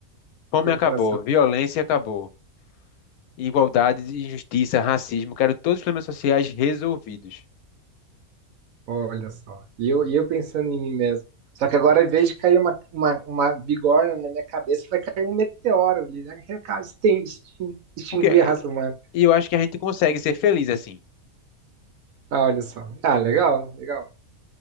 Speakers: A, on the left (about 90°); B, on the right (about 75°).
A: fome
B: tem
A: acabou,
B: um coração.
A: violência acabou. igualdade, injustiça, racismo, quero todos os problemas sociais resolvidos.
B: Olha só. E eu, e eu pensando em mim mesmo. Só que agora, em vez de cair uma, uma, uma bigorna na minha cabeça, vai cair um meteoro ali, né? Reca- extin- extin- Extinguir
A: Porque
B: a raça humana.
A: e eu acho que a gente consegue ser feliz assim.
B: Ah, olha só. Ah, legal, legal.